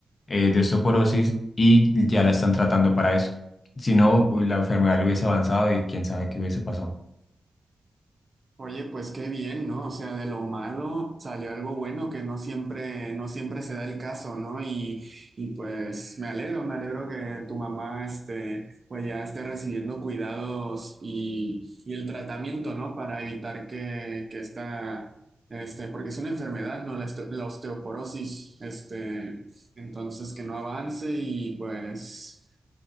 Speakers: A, on the left (about 50°); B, on the right (about 45°).
A: eh, de osteoporosis y ya la están tratando para eso. Si no, uy, la enfermedad le hubiese avanzado y quién sabe qué hubiese pasado.
B: Oye, pues qué bien, ¿no? O sea, de lo malo salió algo bueno que no siempre, no siempre se da el caso, ¿no? Y, y pues me alegro, me alegro que tu mamá este, pues ya esté recibiendo cuidados y, y el tratamiento, ¿no? Para evitar que, que esta, este, porque es una enfermedad, ¿no? La, este- la osteoporosis, este, entonces que no avance y pues